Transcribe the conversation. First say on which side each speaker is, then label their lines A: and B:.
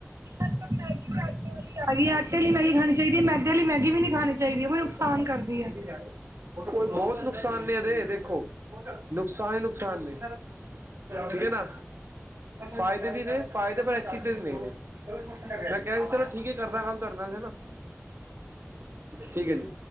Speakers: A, on the right; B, on the right.
A: ਅੱਜ ਮੈਗੀ ਵੀ ਆਟੇ ਵਾਲੀ ਆ ਗਈ ਆਟੇ ਲਈ ਮੈਗੀ ਖਾਣੀ ਚਾਹੀਦੀ ਹੈ ਮੈਦੇ ਵਾਲ ਲਈ ਮੈਗੀ ਵੀ ਨਹੀਂ। ਖਾਣੀ ਚਾਹੀਦੀ ਹੈ ਉਹ ਨੁਕਸਾਨ ਕਰਦੀ ਹੈ।
B: ਕਿਆ ਉਹ ਤਾਂ ਕੋਈ ਹੋਰ ਨੁਕਸਾਨ ਦੇ ਦੇ ਦੇਖੋ। ਨੁਕਸਾਨ ਹੀ ਨੁਕਸਾਨ ਨੇ ਠੀਕ ਹੈ ਨਾ ਫਾਇਦੇ ਵੀ ਨੇ। ਫਾਇਦੇ ਪਰ ਇਸ ਚੀਜ਼ ਦੇ ਨਹੀਂ ਮੈਂ ਕਹਿ ਸੀ ਚਲੋ ਠੀਕ ਹੈ। ਕਰਦਾ ਖੱਲ ਦੇ ਦਵਾਂ। ਠੀਕ ਹੈ ਜੀ।